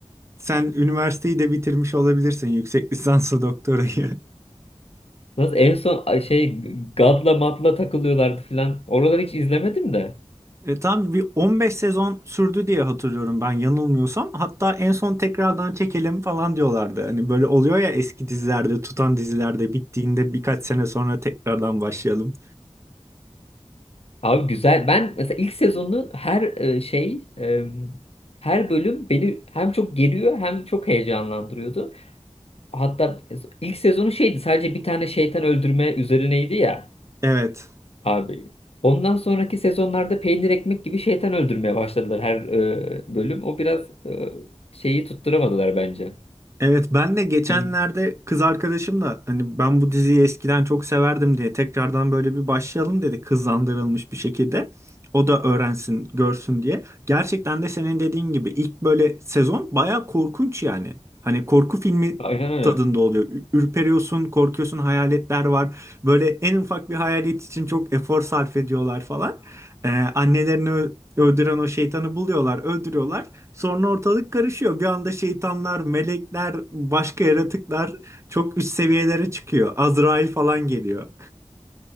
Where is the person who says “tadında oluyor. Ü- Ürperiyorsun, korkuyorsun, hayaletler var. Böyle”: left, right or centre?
Right